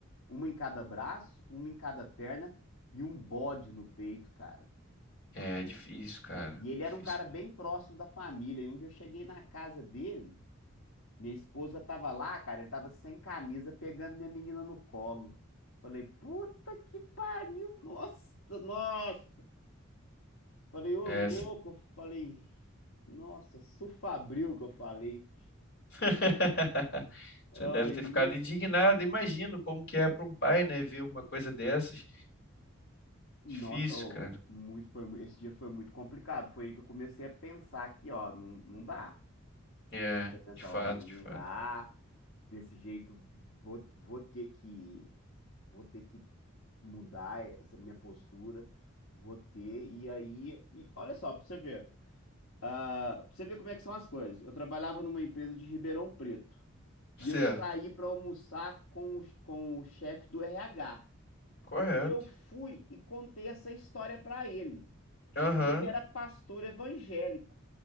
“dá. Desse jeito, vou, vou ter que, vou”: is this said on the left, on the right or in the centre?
Left